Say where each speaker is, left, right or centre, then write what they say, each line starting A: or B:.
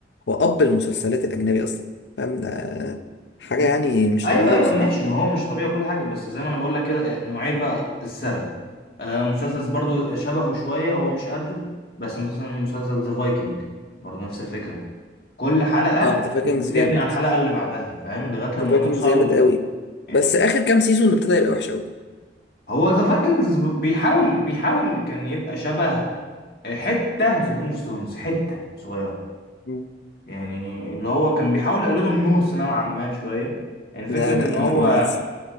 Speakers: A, on the left; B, on the left.
A: هو أب المسلسلات الأجنبي أصلا فاهم ده حاجة
B: م-
A: يعني مش
B: أيوه
A: طبيعية
B: أيوه
A: بصراحة
B: ماشي ما
A: كمان
B: هو مش طبيعي كل حاجة بس زي ما أنا بقول لك كده آه، نوعية بقى السرد آه مسلسل برضه شبهه شوية هو مش قده بس مثلا مسلسل ذا فايكنج برضه نفس الفكرة كل حلقة
A: اه ذا فايكنجز
B: بتبني
A: جامد
B: على الحلقة اللي بعدها فاهم لغاية لما
A: ذا فايكنجز
B: نوصل
A: جامد قوي
B: يعني
A: بس آخر كام سيزون ابتدى يبقى وحش قوي
B: هو ذا فايكنجز بيحاول بيحاول كان يبقى شبه حتة في جيم اوف ثرونز حتة صغيرة
A: مم.
B: يعني اللي هو كان بيحاول يقلده النورس نوعا ما شوية يعني فكرة
A: لا لا
B: ان هو
A: لا ما عادش-